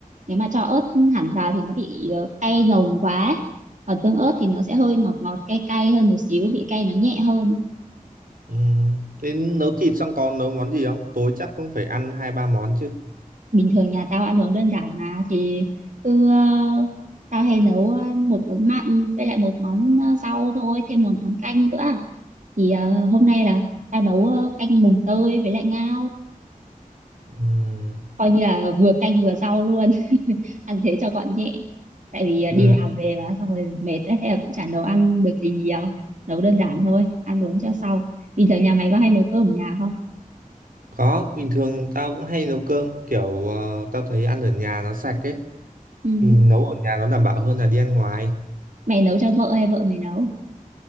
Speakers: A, on the right; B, on the right.
A: nếu mà cho ớt hẳn vào thì nó bị ờ, cay nồng quá còn tương ớt thì nó sẽ hơi ngọt ngọt cay cay hơn một xíu vị cay nó nhẹ hơn
B: Ừ, đến nấu thịt xong còn nấu món gì không? Tối chắc cũng phải ăn hai ba món chứ.
A: bình thường nhà tao ăn uống đơn giản mà thì cứ ờ, tao hay nấu ờ, một món mặn với lại một món ờ, rau thôi thêm một món canh nữa thì ờ, hôm nay là tao nấu ờ, canh mùng tơi với lại ngao
B: Ừ.
A: coi như là vừa canh vừa rau luôn ăn thế cho gọn nhẹ tại vì à,
B: Ừ.
A: đi làm về là xong rồi mệt ấy, thế là cũng chả nấu ăn được gì nhiều nấu đơn giản thôi ăn uống cho sau bình thường nhà mày có hay nấu cơm ở nhà không
B: Có, bình thường tao cũng hay nấu cơm kiểu ờ, tao thấy ăn ở nhà nó sạch ấy
A: ừ.
B: thì nấu ở nhà nó đảm bảo hơn là đi ăn ngoài.
A: mày nấu cho vợ hay vợ mày nấu